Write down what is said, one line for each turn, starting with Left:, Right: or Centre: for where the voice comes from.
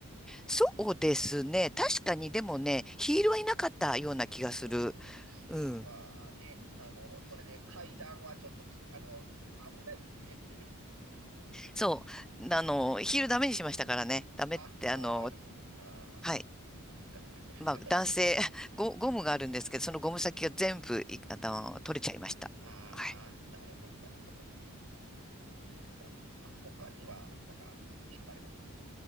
Centre: そうですね。確かにでもね、ヒールはいなかったような気がする。
Right: うん。あーヒールはね、
Centre: うん。
Right: あの、それで階段はちょっとき、あの、危ないですね。
Centre: そう。あの、ヒールダメにしましたからね。
Right: <laughs>
Centre: ダメって、
Right: あ、ああ、
Centre: あの、
Right: やっぱそんなああ、
Centre: はい。
Right: 仕方ない、それは
Centre: まあ男性、
Right: <laughs>
Centre: ゴ、ゴムがあるんですけど、そのゴム先が全部い、あの、取れちゃいました。
Right: ああ、
Centre: はい
Right: なるほど、なるほど。そっか、そっか。あ、他には、なんか、いいとこあります